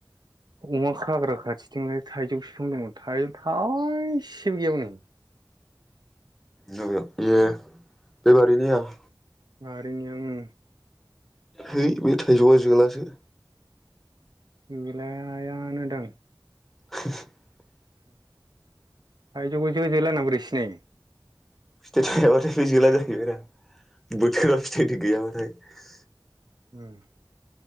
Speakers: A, on the right; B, in the centre.
A: अमा खाग्रा खाथिथिंलाय थाइजौ फिखां दंमोन थाइजौ थाइसेबो गैया हनै ।
B: मबे बेयो बे बारिनिया ।
A: बारिनिया ओम
B: हैै बे थाइजौआ जोलासो ।
A: जोलायानोदां
B: <unintelligible>
A: थायजौखौ जो जोला होनना बोरै सिनायो ।
B: फिथाइ थायाबाथाय बे जोला जाहैबायरा बोथोराव फिथाइ गैयाबाथाय ।
A: ओम